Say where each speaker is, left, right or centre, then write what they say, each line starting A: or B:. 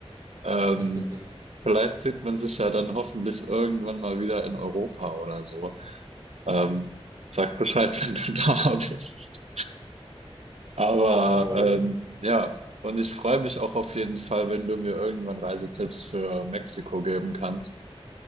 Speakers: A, on the right (about 80°); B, on the right (about 35°).
A: Ähm,
B: <laughs>
A: vielleicht sieht man sich ja dann hoffentlich irgendwann mal wieder in Europa oder so. Ähm, sag Bescheid, <laughs> wenn du da bist. Aber
B: Mache ich, Moritz,
A: ähm, ja, und ich freue mich auch auf jeden Fall, wenn du mir irgendwann Reisetipps für Mexiko geben kannst.